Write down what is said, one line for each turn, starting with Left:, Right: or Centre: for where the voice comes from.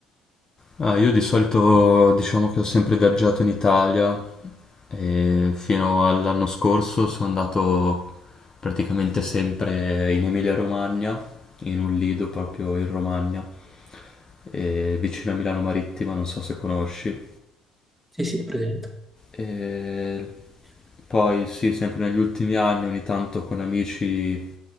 Left: Ah, io di solito diciamo che ho sempre viaggiato in Italia e fino all'anno scorso sono andato praticamente sempre in Emilia-Romagna, in un lido proprio in Romagna, e vicino a Milano Marittima, non so se conosci.
Centre: Sì, sì, è presente.
Left: E poi sì, sempre negli ultimi anni ogni tanto con amici